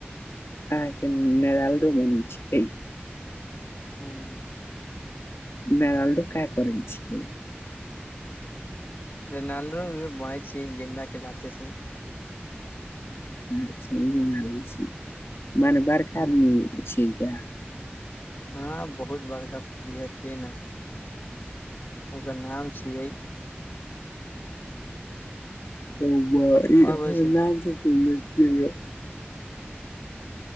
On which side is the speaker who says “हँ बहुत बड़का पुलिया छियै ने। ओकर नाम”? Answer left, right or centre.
Left